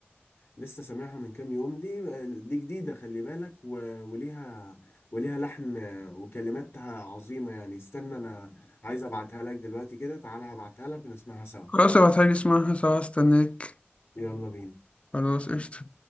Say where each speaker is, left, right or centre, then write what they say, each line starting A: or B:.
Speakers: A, on the left; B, on the left.
A: لسه سامعها من كام يوم دي دي جديدة خلي بالك و- وليها وليها لحن وكلماتها عظيمة يعني استنى أنا عايز أبعتها لك دلوقتي كده تعالى هبعتها لك ونسمعها سوا
B: خلاص ابعتها لي اسمعها سوا استناك
A: يلا بينا
B: خلاص قشطة